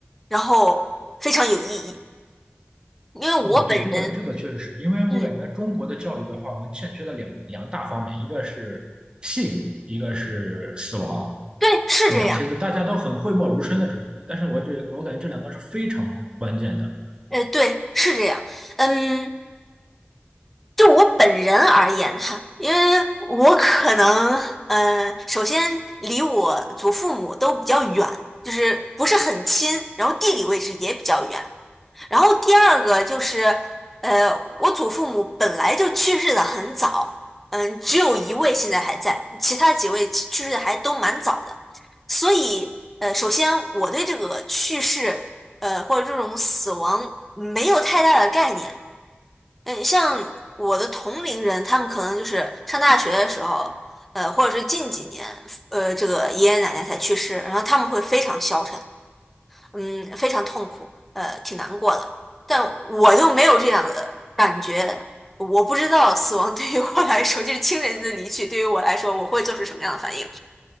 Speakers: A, in the centre; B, on the right (about 25°).
A: 然后非常有意义，因为我本人
B: 嗯，对，这个这个确实是因为我感觉中国的教育的话，
A: 嗯
B: 我们欠缺的两两大方面，一个是性，一个是死亡，
A: 对是这样，
B: 是吗？其实大家都很讳莫如深的这个东西，但是我觉得我感觉这两个是非常关键的。
A: 呃对是这样，嗯。就我本人而言哈，因为我可能，嗯，首先离我祖父母都比较远，就是不是很亲，然后地理位置也比较远。然后第二个就是，呃，我祖父母本来就去世的很早，嗯、只有一位现在还在，其他几位去去世的还都蛮早的。所以，呃，首先我对这个去世，呃，或者这种死亡没有太大的概念。嗯，像我的同龄人，他们可能就是上大学的时候，呃，或者是近几年，呃，这个爷爷奶奶才去世，然后他们会非常消沉，嗯，非常痛苦，呃，挺难过的。但我就没有这样的感觉，我不知道死亡 <laughs> 对于我来说，就是亲人的离去对于我来说，我会做出什么样的反应。